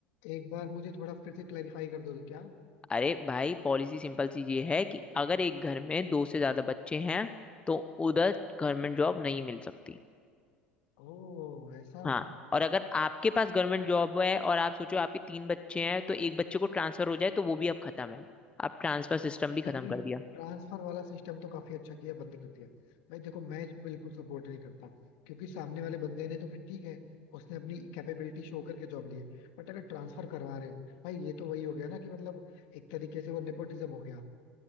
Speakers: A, on the left; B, on the left.
A: एक बार मुझे थोड़ा फिर से क्लैरिफाई कर दोगे क्या
B: अरे भाई पॉलिसी सिंपल सी ये है कि अगर एक घर में दो से ज्यादा बच्चे हैं तो उधर गवर्नमेंट जॉब नहीं मिल सकती
A: ओ ऐसा
B: हाँ और अगर आपके पास गवर्नमेंट जॉब है और आप सोचो आपके तीन बच्चे हैं तो एक बच्चे को ट्रांसफर हो जाए तो वो भी अब खत्म है आप ट्रांसफर सिस्टम भी खत्म
A: नहीं
B: कर दिया
A: ट्रांसफर वाला सिस्टम तो काफी अच्छा किया बंद कर दिया भाई देखो मैं इसको बिल्कुल सपोर्ट नहीं करता क्योंकि सामने वाले बंदे ने तो फिर ठीक है उसने अपनी कैपेबिलिटी शो करके जॉब ली है बट अगर ट्रांसफर करवा रहे हो भाई ये तो वही हो गया ना कि मतलब एक तरीके से वो नेपोटिज्म हो गया